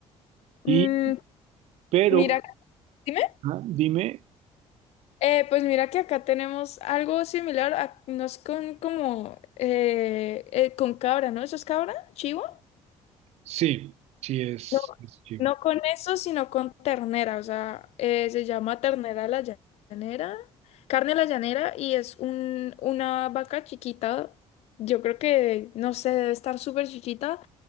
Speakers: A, on the right (about 70°); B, on the left (about 65°).
A: Y,
B: Mm,
A: pero,
B: mira, dime.
A: ah, dime,
B: Eh, pues mira que acá tenemos algo similar, a- no es con como eh, eh, con cabra, ¿no? ¿Eso es cabra? ¿Chivo?
A: sí, sí es,
B: No,
A: es chivo.
B: no con eso, sino con ternera, o sea, eh, se llama ternera a la llanera, carne a la llanera y es un, una vaca chiquita, yo creo que, no sé, debe estar súper chiquita